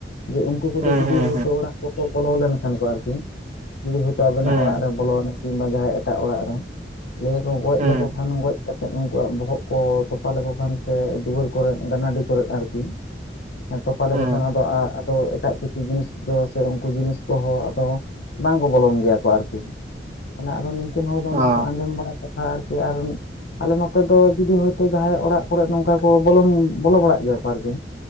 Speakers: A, on the left; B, on the right.
A: ᱡᱮ ᱩᱱᱠᱩ ᱠᱚᱫᱚ
B: ᱦᱩᱸ
A: ᱡᱩᱫᱤ
B: ᱦᱩᱸ
A: ᱦᱳᱭᱛᱳ ᱚᱲᱟᱜ ᱠᱚᱠᱚ ᱵᱚᱞᱚ ᱞᱮᱱ ᱠᱷᱟᱱ ᱠᱚ ᱟᱨᱠᱤ, ᱡᱩᱫᱤ ᱦᱳᱭᱛᱳ ᱟᱵᱮᱱᱟᱜ
B: ᱦᱩᱸ
A: ᱚᱲᱟᱜ ᱨᱮ ᱵᱚᱞᱚᱱᱟ ᱠᱤᱱᱵᱟ ᱡᱟᱦᱟᱸᱭ ᱮᱸᱴᱟᱜ ᱚᱲᱟᱜ ᱨᱮ, ᱞᱟᱹᱭᱟ ᱠᱚ ᱜᱚᱡ
B: ᱦᱩᱸ
A: ᱞᱮᱠᱚ
B: ᱦᱩᱸ
A: ᱠᱷᱟᱱ ᱜᱚᱡ ᱠᱟᱛᱮ ᱱᱛᱮᱫ ᱩᱱᱠᱩᱣᱟᱜ ᱵᱚᱦᱚᱜ ᱠᱚ ᱛᱚᱯᱟ ᱞᱮᱠᱚ ᱠᱷᱟᱱ ᱥᱮ, ᱫᱩᱣᱟᱹᱨ ᱠᱚᱨᱮ ᱜᱟᱱᱟᱰᱤ ᱠᱚᱨᱮ ᱟᱨᱠᱤ ᱦᱮᱸ ᱛᱚᱯᱟ ᱞᱮᱠᱚ
B: ᱦᱩᱸ
A: ᱠᱷᱟᱱ ᱟᱫᱚ ᱟᱫ ᱮᱴᱟᱜ ᱠᱤᱪᱷᱩ ᱡᱤᱱᱤᱥ ᱫᱚ ᱥᱮ, ᱩᱱᱠᱩ ᱡᱤᱱᱤᱥ ᱠᱚᱦᱚᱸ ᱟᱫᱚ ᱵᱟᱝ ᱠᱚ ᱵᱚᱞᱚᱱ ᱜᱮᱭᱟ᱾ ᱜᱮᱭᱟ ᱠᱚ ᱟᱨᱠᱤ, ᱛᱟᱦᱮ ᱟᱫᱚ ᱱᱤᱠᱤᱱ ᱦᱚᱲ ᱫᱚ ᱚᱱᱟ
B: ᱚ
A: ᱠᱚᱫᱚ ᱟᱸᱡᱚᱢ ᱵᱟᱲᱟ ᱠᱟᱛᱷᱟ ᱟᱨᱠᱤ ᱟᱨ ᱟᱞᱮ ᱱᱚᱛᱮ ᱫᱚ ᱡᱩᱫᱤ ᱦᱳᱭᱛᱳ ᱡᱟᱦᱟᱸᱟᱭ ᱚᱲᱟᱜ ᱠᱚᱨᱮ ᱱᱚᱝᱠᱟ ᱠᱚ ᱵᱚᱞ ᱵᱚᱞᱚ ᱵᱟᱲᱟᱜ ᱜᱮᱭᱟ ᱠᱚ ᱟᱨᱠᱤ᱾